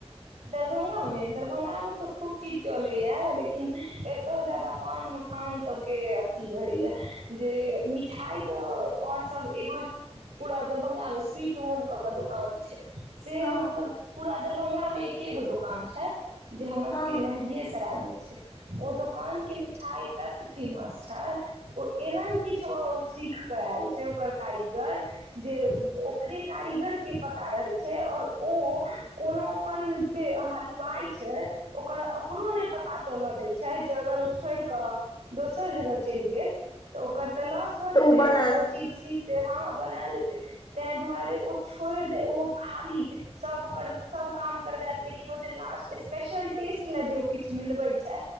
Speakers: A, on the right; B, on the left.
A: दरभंगामे दरभंगामे तऽ खूब चीज चलैया लेकिन एतय जादा पान मखान सबके अथी रहैया जे मिठाई तऽ आओर सब एगो पूरा दरभंगामे स्वीट। <inaudible> होम क के दुकान छै। <unintelligible> से
B: हँ
A: मतलब पूरा। <unintelligible> दरभंगा मे एके गो दुकान छै। <unintelligible> जे हमर सबके
B: हँ
A: लहरिये सराय मे। <unintelligible> छै ओ दोकान के मिठाइ तत फेमस छै ओ एहन किछो सीख कऽ आयल छै ओकर कारीगर जे। <inaudible> ओकरे कारीगर के पता रहे छै और ओ कोनो अपन जे हलुवाइ छै ओकर ओकरो ने पता चलऽ दय छै जे अगर ओ छोइड़ क दोसर जगह। <inaudible> चैल गेल त ओकर त लौस भ
B: तऽ
A: जेतै
B: बनायल
A: ओत ओ चिज। <unintelligible> हँ बना लेतै। <unintelligible> तै दुआरे ओ छोड़ि दे ओ खाली सभ ओकर सभ काम करबैत लेकिन ओ जे लास्ट स्पेशल टेस्ट लए जे ओ किछु मिलबै छै